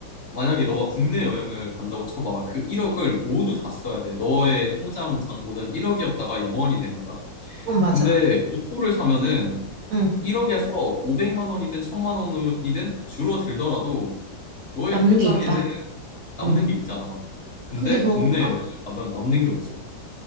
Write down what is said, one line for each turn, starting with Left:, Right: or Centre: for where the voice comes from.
Left: 만약에 너가 국내 여행을 간다고 쳐봐. 그 1억을 모두 다 써야 돼. 너의 통장 잔고는 1억이었다가 0원이 되는 거야.
Right: 그건 맞아.
Left: 근데 로또를 사면은
Right: 응.
Left: 1억에서 500만 원이든 1000만 원이든 줄어들더라도 너의
Right: 남는
Left: 통장에는
Right: 게 있다.
Left: 남는
Right: 응.
Left: 게 있잖아. 근데
Right: 근데 그거
Left: 국내 여행을 가면 남는 게 없어.